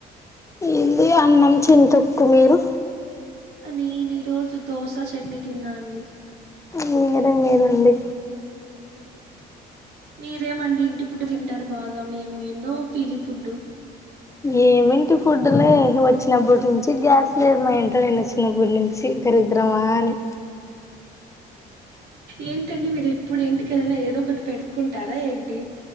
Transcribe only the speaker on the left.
ఇది అన్నం చింతొక్కు మీరు
మీరే మెలండి
ఏమింటి ఫుడ్లే వచ్చినబుడ్నించి గ్యాస్ లేదు మా ఇంట్లో నేనొచ్చినబుడ్ దరిద్రమాని